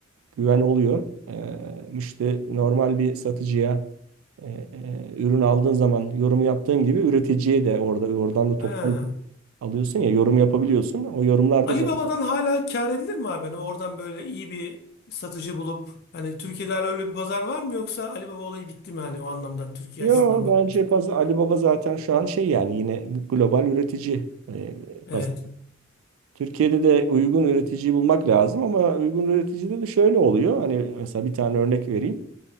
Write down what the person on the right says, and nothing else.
güven oluyor. E, müşteri normal bir satıcıya e, e, ürün aldığın zaman yorum yaptığın gibi üreticiye de orada oradan da toptan
alıyorsun ya yorum yapabiliyorsun. O yorumlarda
zaten.
Yo
bence
paz Ali Baba zaten şu an şey yani yine global üretici e,
paz- Türkiye'de de uygun üreticiyi bulmak lazım ama uygun üreticide de şöyle oluyor. Hani mesela bir tane örnek vereyim.